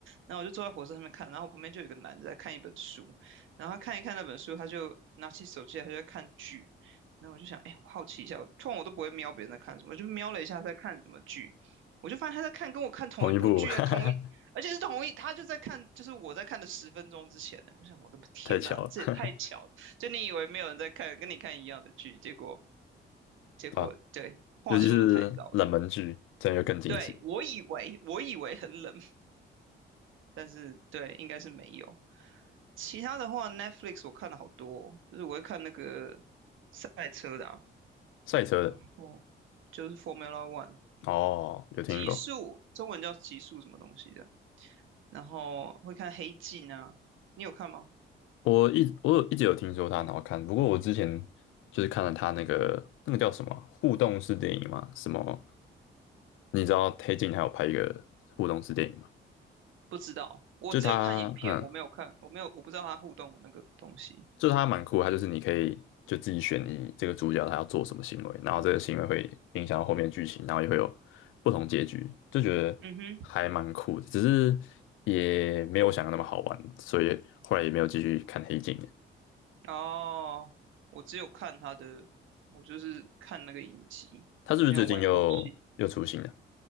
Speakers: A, on the right; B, on the left.
A: 然后我就坐在火车上面看，然后我旁边就有一个男的在看一本书，然后他看一看那本书，他就拿起手机来他就在看剧。然后我就想，哎，我好奇一下，我通常我都不会瞄别人在看什么，我就瞄了一下他在看什么剧，我就发现他在看跟我看同一部剧啊，
B: 同一部，<laughs> 哈哈
A: 同一。而且是同一，他就在看，就是我在看的十分钟之前呢。我想，我的天呐，
B: 太巧了，
A: 这也太巧了！就你以为没有人在看，跟你看一样的剧，结果
B: <laughs>
A: 结果对，
B: 啊，
A: 话说的太早了。
B: 尤其是冷门剧，这样又更惊喜。
A: 对，我以为我以为很冷，<laughs> 但是对，应该是没有。其他的话，Netflix 我看了好多哦就是我会看那个赛车的啊，
B: 赛车的，
A: 然后就是 Formula One
B: 哦，有听过，
A: 极速，中文叫极速什么东西的，然后会看黑镜啊，你有看吗？
B: 我一我有一直有听说它很好看，不过我之前就是看了它那个那个叫什么互动式电影嘛，什么你知道黑镜还有拍一个互动式电影吗？
A: 不知道，我只有看影片，
B: 就它，嗯，
A: 我没有看，我没有，我不知道他互动的那个东西。
B: 就它蛮酷的，它就是你可以就自己选你这个主角他要做什么行为，然后这个行为会影响到后面的剧情，然后也会有不同结局，就觉得还蛮酷的，
A: 嗯哼，
B: 只是也没有我想的那么好玩，所以后来也没有继续看黑镜了。
A: 哦，我只有看他的，我就是看那个影集，
B: 它是不是最近又又出新了？
A: 我没有玩游戏。